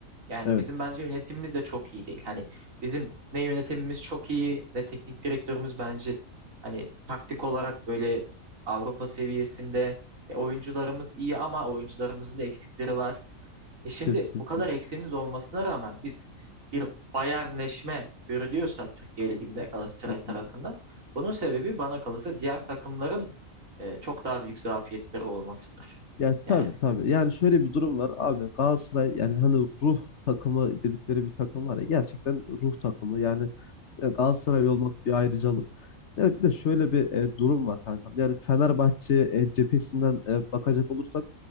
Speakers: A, on the right; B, on the left.
A: Yani
B: Evet.
A: bizim bence yönetimimiz de çok iyi değil. Hani bizim ne yönetimimiz çok iyi ne teknik direktörümüz bence hani taktik olarak böyle Avrupa seviyesinde E, oyuncularımız iyi ama oyuncularımızın da eksikleri var. E şimdi
B: Kesinlikle.
A: bu kadar eksiğimiz olmasına rağmen biz bir bayernleşme görülüyorsa Türkiye Ligi'nde Galatasaray
B: Hı hı.
A: tarafından bunun sebebi bana kalırsa diğer takımların e, çok daha büyük zafiyetleri olmasıdır.
B: Ya tabii
A: Yani.
B: tabii. Yani şöyle bir durum var abi Galatasaray yani hani ruh takımı dedikleri bir takım var ya gerçekten ruh takımı. Yani e, Galatasaray olmak bir ayrıcalık. Ya bir de şöyle bir e, durum var kankam. Yani Fenerbahçe e, cephesinden e, bakacak olursak